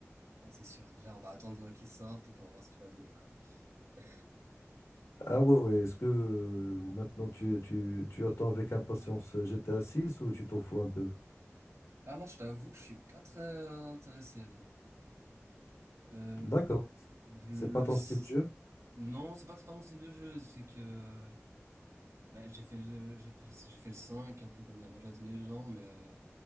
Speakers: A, on the right (about 75°); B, on the left (about 85°).
A: Ah, c'est sûr. Déjà, on va attendre qu'il sorte et puis on va voir ce qu'il va donner, quoi. <laughs>
B: Ah ouais, ouais. Est-ce que euh, maintenant tu, tu, tu attends avec impatience GTA six ou tu t'en fous un peu?
A: Ah, moi, je t'avoue que je suis pas très euh, intéressé, non. Euh,
B: D'accord.
A: le,
B: C'est pas ton style de jeu.
A: Non, c'est pas que c'est pas mon style de jeu, c'est que bah, j'ai fait le j'ai fait le, j'ai fait le 5 un peu comme la majorité des gens mais euh,